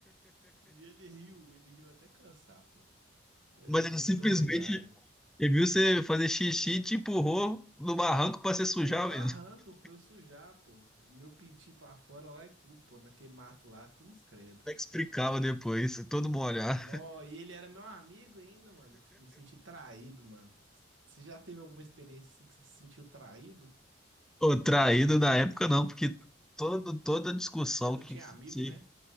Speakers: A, on the right; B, in the centre.
A: E ele riu, ele riu até cansar, pô. Mas
B: Mas
A: é muito
B: ele simplesmente
A: ordinário.
B: ele viu você fazer xixi e te empurrou no barranco pra você sujar
A: No barranco,
B: mesmo. Como
A: pra eu sujar, pô. Meu pintinho pra fora lá e tudo, pô. Naquele mato lá, cruz credo.
B: é que explicava depois? Todo molhado.
A: Nó, e ele era meu amigo ainda, mano. Me senti traído, mano. Você já teve alguma experiência assim que você se sentiu traído?
B: Ou <laughs> traído na época, não, porque todo, toda discussão
A: Você não
B: que,
A: tinha amigo,
B: que-
A: né?